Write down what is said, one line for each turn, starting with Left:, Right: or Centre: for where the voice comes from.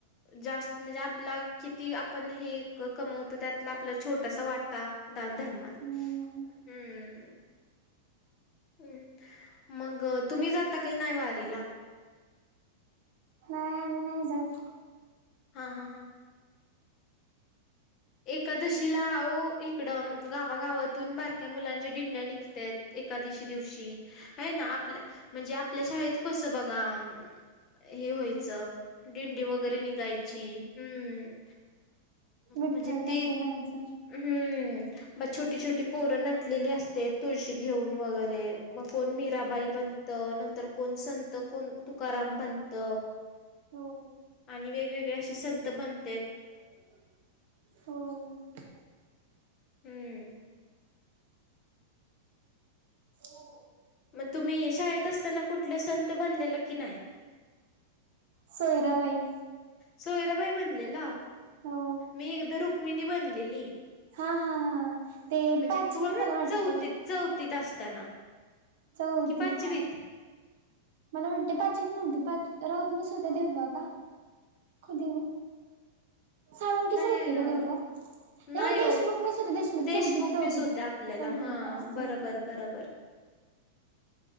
Left: जास्त म्हणजे आपला किती आपण हे कमवतो त्यातला आपला छोटसा वाटा दान धर्मात
Right: हम्म
Left: हम्म ह मग तुम्ही जाता की नाही वारीला
Right: ह आम्ही नाही जात
Left: हा, हा, हा एकादशीला आओ इकडं गावागावातून बारक्या मुलांचे डिंड्या निघत्यात एकादशी दिवशी आहे ना आपल्या म्हणजे आपल्या शाळेत कसं बघा हे व्हायचं दिंडी वगैरे निघायची हम्म
Right: विठ्ठल
Left: म्हणजे ती
Right: रखुमाईच
Left: हम्म छोटी छोटी पोरं नटलेली असतेत तुळशी घेऊन वगैरे मग कोण मीराबाई बनत नंतर कोण संत कोण तुकाराम बनत
Right: हो
Left: आणि वेगवेगळे असे संत बनतेत
Right: हो
Left: हम्म
Right: हो
Left: मग तुम्ही शाळेत असताना कुठलं संत बनलेला की नाही
Right: सोयराबाई
Left: सोयराबाई बनलेला
Right: हो
Left: मी एकदा रुक्मिणी बनली एली
Right: हा हा हा ते
Left: म्हणजे
Right: पाचवीत
Left: तुम्हाला
Right: मला
Left: माहिती
Right: वाटतय
Left: का चौथीत, चौथीत असताना
Right: चौथीत
Left: कि पाचवीत
Right: हा मला वाटते पाचवीत नव्हती पाच राऊत मीस होते तेव्हा का? कधी ओ साळुंखे
Left: नाही
Right: सर होते
Left: अ
Right: का तेव्हा
Left: नाही
Right: देशमुख
Left: हो
Right: मिस होते
Left: देशमुख
Right: चौथीत चौथीत
Left: मिस होत्या आपल्याला
Right: चौथीत
Left: हा
Right: चौथीत
Left: बरोबर बरोबर